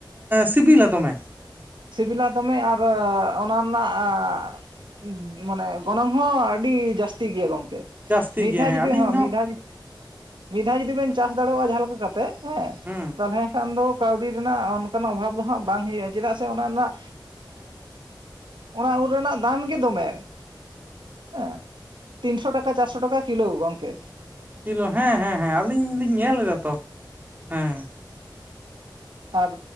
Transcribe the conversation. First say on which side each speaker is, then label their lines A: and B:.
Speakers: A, on the right (about 25°); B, on the right (about 80°).
A: ᱥᱤᱵᱤᱞᱟ ᱫᱚᱢᱮ,
B: ᱥᱤᱵᱤᱞᱟ ᱫᱚᱢᱮ ᱟᱨ ᱚᱱᱟ ᱱᱟᱜ ᱢᱟᱱᱮ ᱜᱚᱱᱚᱝ ᱦᱚᱸ ᱟᱹᱰᱤ ᱡᱟᱹᱥᱛᱤ ᱜᱮᱭᱟ ᱜᱚᱝᱠᱮ
A: ᱡᱟᱹᱥᱛᱤ
B: ᱢᱤᱜ
A: ᱜᱮ
B: ᱫᱷᱟᱣ
A: ᱦᱮᱸ
B: ᱡᱩᱫᱤ
A: ᱟᱹᱞᱤᱧ
B: ᱦᱚᱸ ᱢᱤᱜ ᱫᱷᱟᱣ ᱡᱩᱫᱤ ᱢᱤᱫ ᱫᱷᱟᱣ ᱡᱩᱫᱤ ᱵᱮᱱ ᱪᱟᱥ ᱫᱟᱲᱮᱭᱳᱜᱼᱟ ᱡᱟᱦᱟᱸ ᱞᱮᱠᱟ ᱠᱟᱛᱮᱜ ᱦᱮᱸ
A: ᱦᱩᱸ
B: ᱛᱟᱦᱚᱸᱞᱮ ᱠᱷᱟᱱ ᱫᱚ ᱠᱟᱹᱣᱰᱤ ᱨᱮᱱᱟᱜ ᱚᱱᱠᱟᱱ ᱚᱵᱷᱟᱵᱽ ᱫᱚ ᱦᱟᱸᱜ ᱵᱟᱝ ᱦᱩᱭᱩᱜᱼᱟ᱾ ᱪᱮᱫᱟᱜ ᱥᱮ ᱚᱱᱟ ᱱᱟᱜ ᱚᱱᱟ ᱩᱞ ᱨᱮᱱᱟᱜ ᱫᱟᱢ ᱜᱮ ᱫᱚᱢᱮ ᱾ ᱦᱮᱸ ᱛᱤᱱᱥᱚ ᱴᱟᱠᱟ ᱪᱟᱨᱥᱚ ᱴᱟᱠᱟ ᱠᱤᱞᱳ ᱜᱚᱝᱠᱮ᱾
A: ᱠᱤᱞᱳ ᱦᱮᱸ ᱦᱮᱸ ᱦᱮᱸ ᱟᱞᱤᱧ ᱞᱤᱧ ᱧᱮᱞ ᱮᱫᱟ ᱛᱚ ᱦᱮᱸ
B: ᱟᱨ